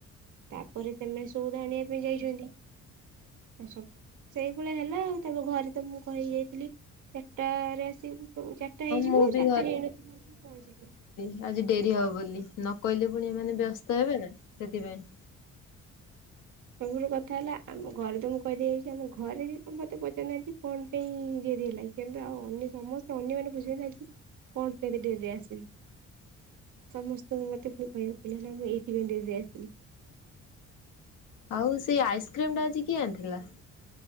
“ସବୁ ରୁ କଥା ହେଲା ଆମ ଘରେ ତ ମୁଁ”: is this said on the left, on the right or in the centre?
Right